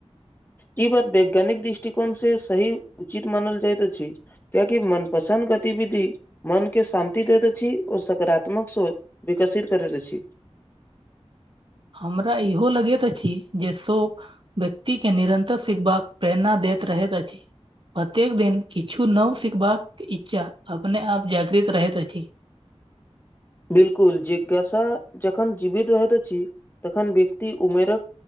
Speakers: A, on the left; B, on the right.
A: ई बात वैज्ञानिक दृष्टिकोण से सही उचित मानल जाइत अछि। कियाकि मनपसन्द गतिविधि मनके शान्ति दैत छी आर सकारात्मक सोच विकसित करैत अछि।
B: हमरा इहो लगैत अछि जे शौख। व्यक्ति के निरन्तर सिखबाक प्रेरणा दैत रहैत अछि। प्रत्येक दिन किछु नव सिखबाक इच्छा अपने आप जागृत रहैत अछि।
A: बिल्कुल जिज्ञासा जहन जीवित रहत छी तहन व्यक्ति उमेरक